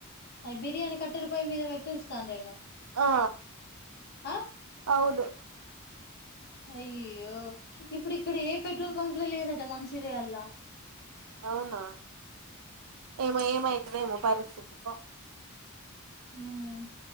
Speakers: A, on the left (about 45°); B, on the right (about 80°).
A: అ బిర్యానీ కట్టెల పోయి మీద పెట్టోస్తాందేమో
B: ఆ
A: అ
B: అవును
A: అయ్యో ఇప్పుడు ఇక్కడ ఏ పెట్రోల్ బంక్ ల లేదట మన్చిరియల్లా
B: అవునా ఏమో ఏమయితదో ఏమో పరి చెప్పు ప్పా
A: మ్మ్